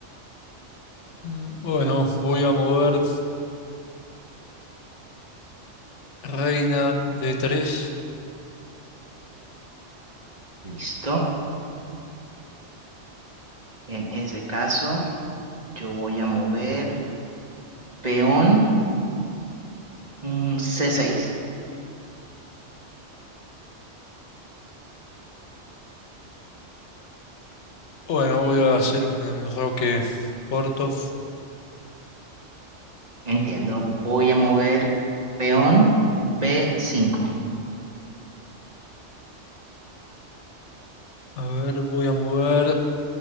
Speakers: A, on the left; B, on the right.
A: Mm, Bueno, voy a mover reina de tres
B: Listo. En ese caso, yo voy a mover peón mm, C6.
A: Bueno, voy a hacer un enroque corto.
B: Entiendo. Voy a mover peón b cinco.
A: A ver, voy a mover.